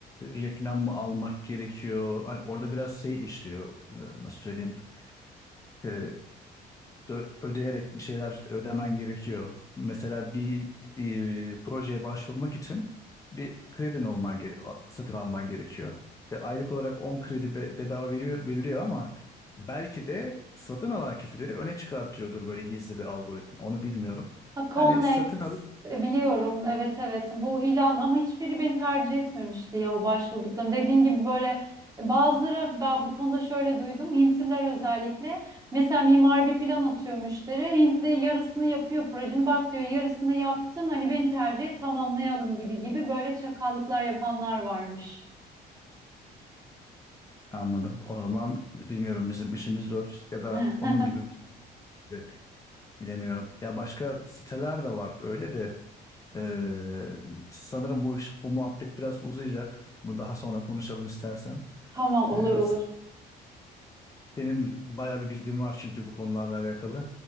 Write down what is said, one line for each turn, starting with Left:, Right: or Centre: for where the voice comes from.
Left: reklam mı almak gerekiyor? Hani orada biraz şey işliyor. e, nasıl söyleyeyim? E, dö- ödeyerek bir şeyler ödemen gerekiyor. Mesela bir e, projeye başvurmak için bir kredin olman gere satın alman gerekiyor. E, aylık olarak 10 kredi be- bedava veriyor, veriliyor ama belki de satın alan kişileri öne çıkartıyordur böyle gizli bir algoritma. Onu bilmiyorum.
Right: Ha, Connect
Left: Yani satın alıp
Right: e, biliyorum. Evet evet. Bu ilan ama hiçbiri beni tercih etmemişti ya o başvurduklarım. Dediğin gibi böyle bazıları ben bu konuda şöyle duydum. Hintliler özellikle mesela mimari bir plan atıyor müşteri. Hintli yarısını yapıyor projenin. Bak diyor yarısını yaptım. Hani beni tercih et tamamlayalım gibi gibi böyle çakallıklar yapanlar varmış.
Left: Anladım. O zaman bilmiyorum bizim işimiz zor ya da
Right: <laughs>
Left: onun gibi bir şey de bilemiyorum. Ya başka siteler de var öyle de eee, sanırım bu iş bu muhabbet biraz uzayacak. Bunu daha sonra konuşalım istersen.
Right: Tamam olur
Left: Eee,
Right: olur.
Left: benim bayağı bir bilgim var çünkü bu konularla alakalı.